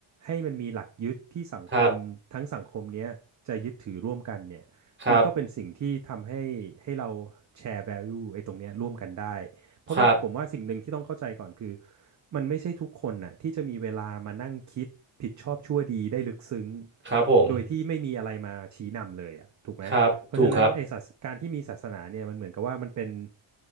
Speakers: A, on the right (about 40°); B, on the right (about 25°).
A: ให้มันมีหลักยึดที่สังคมทั้งสังคมเนี้ยจะยึดถือร่วมกันเนี่ยมันก็เป็นสิ่งที่ทำให้ให้เรา
B: ครับ ครับ
A: แชร์ value ไอ้ตรงเนี้ยร่วมกันได้ เพราะว่าผมว่าสิ่งหนึ่งที่ต้องเข้าใจก่อนคือ
B: ครับ
A: มันไม่ใช่ทุกคนน่ะที่จะมีเวลามานั่งคิดผิดชอบชั่วดีได้ลึกซึ้ง
B: ครับผม
A: โดยที่ไม่มีอะไรมาชี้นำเลยอ่ะถูกไหมเพราะฉะนั้นไอ้ศาสการที่มีศาสนาเนี่ยมันเหมือนกับว่ามันเป็น
B: ครับถูกครับ